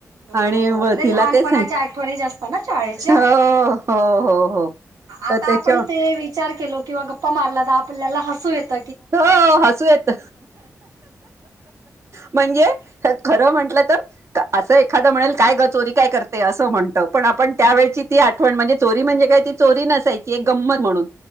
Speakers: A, on the right; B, on the right.
A: आणि
B: हो
A: व
B: म्हणजे
A: तिला
B: लहानपणाच्या
A: ते सांग
B: आठवणी असतात ना शाळेच्या.
A: हो हो हो हो तर
B: आता
A: त्याच्या
B: आपण ते विचार केला किंवा गप्पा मारला तर आपल्याला हसू येत.
A: हो हसू येत. म्हणजे, खरं म्हंटलं तर असं एखादं म्हणेल काय ग चोरी काय करतेय, असं म्हणतं पण आपण त्यावेेळची ती आठवण म्हणजे चोरी म्हणजे काय ती चोरी नसायची एक गंमत म्हणून.